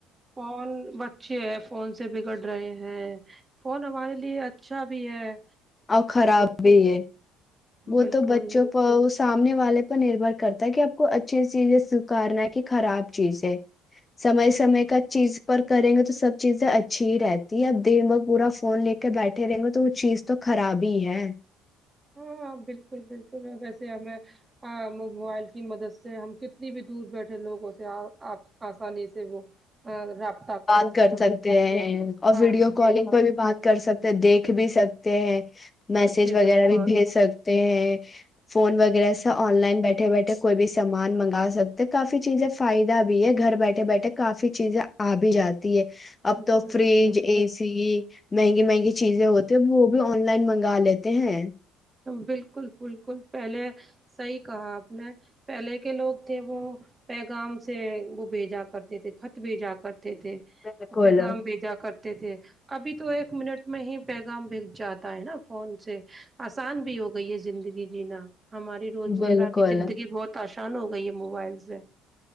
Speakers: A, on the right; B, on the left.
A: کون بچے فون سے بگڑ رہے ہیں فون ہمارے لیے اچھا بھی ہے
B: اور خراب بھی ہے وہ
A: بالکل
B: تو بچوں کو اس سامنے والے پر نربر کرتا ہے کہ آپ کو اچھی چیزیں سکارنا ہے کہ خراب چیز ہے سمے سمے کا چیز پر کریں گے تو سب چیزیں اچھی ہی رہتی ہے اب دیر ب پورا فون لے کے بیٹھے رہیں گے تو وہ چیز تو خراب ہی ہے
A: ہاں بالکل بالکل میں ویسے ہمیں مووبائل کی مدد سے ہم کتنی بھی دور بیٹھے لوگ اسے آسانی سے وہ رابطہ
B: بات کر سکتے ہیں اور
A: ہاں
B: ویڈیو کالنگ
A: جی
B: پر بھی بات کر سکتے ہیں دیکھ بھی سکتے ہیں میسج
A: جی
B: وغیرہ
A: بالکل
B: بھی بھیج سکتے ہیں فون وغیرہ سے آن لائن بیٹھے بیٹھے کوئی بھی سامان منگا سکتے کافی چیزیں فائدہ بھی ہے گھر بیٹھے بیٹھے کافی چیزیں آ بھی جات ہے اب
A: بالکل
B: تو فریج اے سی مہنگی مہنگی چیزیں ہوتی ہیں وہ بھی آن لائن منگا لیتے ہیں
A: بالکل بالکل پہلے صحی کہا آپ نے پہلے کے لوگ تھے وہ پیغام سے وہ بھیجا کرتے تھے خط بھیجا کرتے تھے
B: بالکل
A: پیغام بھیجا کرتے تھے ابھی تو ایک منٹ میں ہی پیغام بھیگ جاتا ہے نا فون سے آسان بھی ہو گئی ہے زندگی جینا ہماری روز
B: بالکل
A: مرہ کی زندگی بہت آ ری شان ہو گئی ہے موبائل سے